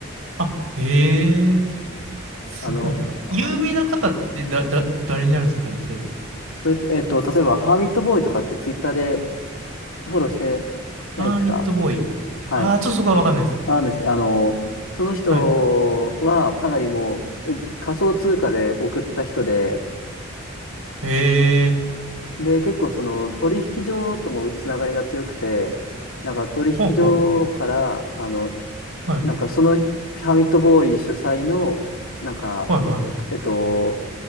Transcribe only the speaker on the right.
あ、へえ、すごいな。
有名な方ってだ、だ、誰になるんですかね、それ。
あーミッドボーイ。
あー、ちょっとそこはわかんないです。
はい。
へえ、
ほうほ
う。はい。
はいは